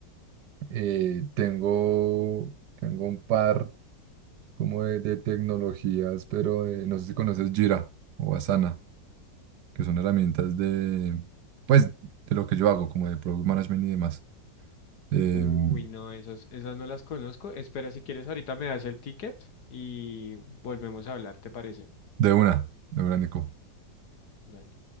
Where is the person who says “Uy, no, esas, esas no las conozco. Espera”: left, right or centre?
Left